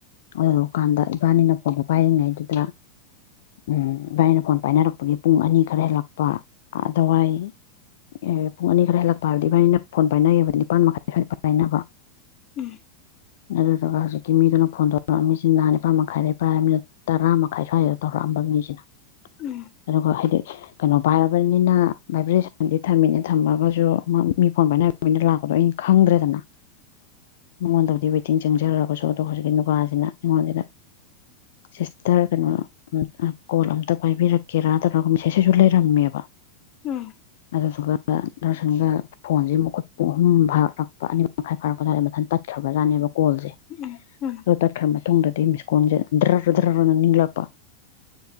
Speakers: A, on the left; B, on the left.
A: ꯑꯗꯨꯗꯨ ꯀꯥꯟꯗ ꯏꯕꯥꯅꯤꯅ ꯐꯣꯟꯗꯣ ꯄꯥꯏꯔꯤꯉꯩꯗꯨꯗ ꯎꯝ ꯏꯕꯥꯥꯅꯤꯅ ꯐꯣꯟ ꯄꯥꯏꯅꯔꯛꯄꯒꯤ ꯄꯨꯡ ꯑꯅꯤ ꯈꯔ ꯍꯦꯜꯂꯛꯄ ꯑꯗꯨꯋꯥꯏ ꯑꯦ ꯄꯨꯡ ꯑꯅꯤ ꯈꯔ ꯍꯦꯜꯂꯛꯄ ꯍꯥꯏꯕꯗꯤ ꯏꯕꯥꯟꯅꯤꯅ ꯐꯣꯟ ꯄꯥꯏꯅꯩꯌꯦꯕꯗꯤ ꯅꯤꯄꯥꯥꯟ ꯃꯈꯥꯏ ꯁ꯭ꯋꯥꯏꯗ ꯄꯥꯏꯅꯕ
B: <inaudible>
A: ꯑꯗꯨꯗꯨꯒ ꯍꯧꯖꯤꯛꯀꯤ ꯃꯤꯗꯨꯅ ꯐꯣꯟ ꯇꯧꯔꯛ ꯑꯝꯃꯤꯁꯤꯅ ꯅꯤꯄꯥꯟ ꯃꯈꯥꯏ ꯗꯩ ꯄꯥꯥꯏꯔꯝꯅꯤꯅ ꯇꯔꯥ ꯃꯈꯥꯏ ꯁ꯭ꯋꯥꯏꯗ ꯇꯧꯔꯛꯑꯝꯕ ꯃꯤꯖꯤꯅ
B: ꯎꯝ ꯎꯝ
A: ꯑꯗꯨꯒ ꯍꯥꯏꯗꯤ ꯀꯩꯅꯣ ꯄꯥꯏꯔꯕꯅꯤꯅ ꯚꯥꯏꯕ꯭ꯔꯦꯁꯟꯗꯤ ꯊꯝꯃꯤꯅꯦ ꯊꯝꯃꯒꯁꯨ ꯃꯥ ꯃꯤ ꯐꯣꯟ ꯄꯥꯏꯅꯔꯛꯄꯅꯤꯅ ꯂꯥꯛꯄꯗꯣ ꯑꯩꯅ ꯈꯪꯗ꯭ꯔꯦꯗꯅ ꯃꯉꯣꯟꯗꯕꯨꯗꯤ ꯋꯦꯇꯤꯡ ꯆꯪꯖꯔꯒꯁꯨ ꯑꯗꯣ ꯍꯧꯖꯤꯛꯀꯤ ꯅꯨꯄꯥꯁꯤꯅ ꯑꯩꯉꯣꯟꯁꯤꯗ ꯁꯤꯁꯇꯔ ꯀꯩꯅꯣ ꯎꯝ ꯑꯥ ꯀꯣꯜ ꯑꯝꯇ ꯄꯥꯏꯕꯤꯔꯛꯀꯦꯔꯥ ꯇꯧꯔꯒ ꯃꯦꯁꯦꯁꯁꯤꯁꯨ ꯂꯩꯔꯝꯃꯦꯕ
B: ꯎꯝ
A: ꯑꯗꯨꯗꯨꯒ ꯗꯔꯁꯟꯒ ꯐꯣꯟꯖꯤꯃꯨꯛ ꯈꯣꯏ ꯄꯨꯡ ꯑꯍꯨꯝ ꯐꯥꯔꯛꯄ ꯑꯅꯤꯃꯈꯥꯏ ꯐꯥꯔꯛꯄꯁꯥꯏꯗ ꯃꯊꯟ ꯇꯠꯈ꯭ꯔꯕꯖꯥꯠꯅꯦꯕ ꯀꯣꯜꯁꯦ
B: ꯎꯝ ꯎꯝ ꯎꯝ
A: ꯑꯗꯣ ꯇꯠꯈ꯭ꯔ ꯃꯇꯨꯡꯗꯗꯤ ꯃꯤꯁꯀꯣꯟꯜꯁꯦ ꯗ꯭ꯔꯔ ꯗ꯭ꯔꯔ ꯒꯅ ꯅꯤꯛꯂꯛꯄ